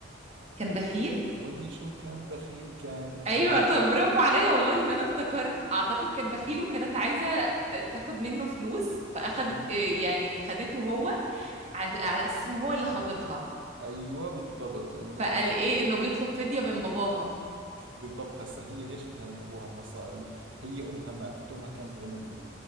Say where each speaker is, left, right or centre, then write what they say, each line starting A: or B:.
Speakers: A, on the right; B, on the right.
A: كان بخيل
B: بي شو كان بخيل كان
A: ايوه
B: بال-
A: طب برافو عليا والله ان انا افتكرت اعتقد كان بخيل وكانت عايزه ت- تاخد منه فلوس فاخدت
B: ايوه
A: إيه، يعني خدته هو عش- على اساس ان هو اللي خاطفها
B: ايوه بالضبط لانه
A: فقال ايه انه بيطلب فديه من باباها
B: بالضبط هسه هي ليش بدها من ابوها المصاري هي امها ماتت امها كانت غنيه